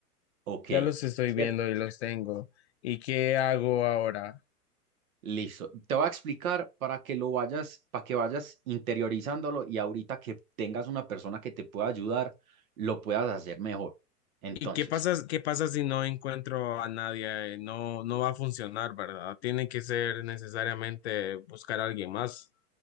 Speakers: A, on the right; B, on the left.
A: ok.
B: ya los estoy
A: ¿cierto?
B: viendo y los tengo. ¿Y qué hago ahora?
A: Listo. Te voy a explicar para que lo vayas, para que vayas interiorizándolo y ahorita que tengas una persona que te pueda ayudar, lo puedas hacer mejor. Entonces,
B: ¿Y qué pasa, qué pasa si no encuentro a nadie? Eh, No, no va a funcionar, ¿verdad? Tiene que ser necesariamente buscar a alguien más.